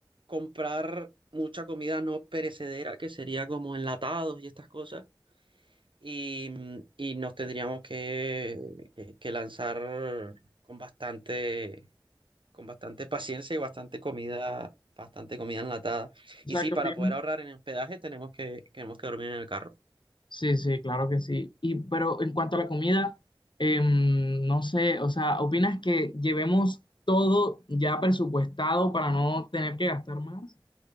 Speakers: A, on the right; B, on the left.
A: comprar mucha comida no perecedera, que sería como enlatados y estas cosas. Y, mm, y nos tendríamos que, que que lanzar con bastante con bastante paciencia y bastante comida, bastante comida enlatada.
B: O
A: Y
B: sea,
A: sí,
B: ¿qué
A: para
B: opinas?
A: poder ahorrar en hospedaje tenemos que, tenemos que dormir en el carro.
B: Sí, sí, claro que sí. Y pero en cuanto a la comida, em, no sé, o sea, ¿opinas que llevemos todo ya presupuestado para no tener que gastar más?